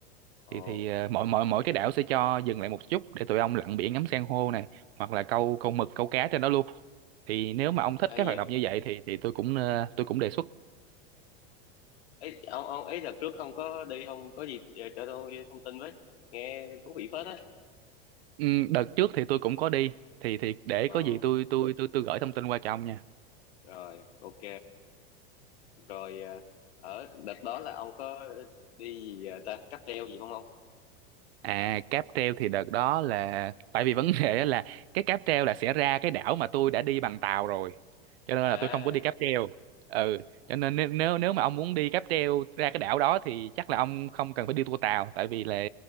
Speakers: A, on the right; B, on the left.
A: thì
B: ồ
A: thì ờ, mỗi mỗi mỗi cái đảo sẽ cho dừng lại một chút để tụi ông lặn biển ngắm san hô này hoặc là câu câu mực câu cá trên đó luôn thì nếu mà ông thích
B: ai
A: cái hoạt
B: vậy
A: động như vậy thì thì tôi cũng ờ, tôi cũng đề xuất
B: ấy ông ông ấy đợt trước ông có đi ông có gì ờ, cho tôi thông tin với nghe thú vị phết á
A: Ừm, đợt trước thì tôi cũng có đi thì thì để
B: ờ
A: có gì tôi tôi tôi tôi gửi thông tin qua cho ông nha
B: rồi ok rồi ờ, ở đợt đó là ông có đi gì ờ, ta cáp treo gì không ông
A: À cáp treo thì đợt đó là tại vì vấn đề á là cái cáp treo là sẽ ra cái đảo mà tôi đã đi bằng tàu rồi cho nên
B: à
A: là tôi không có đi cáp treo ừ cho nên nếu nếu nếu mà ông muốn đi cáp treo ra cái đảo đó thì chắc là ông không cần phải đi tour tàu tại vì là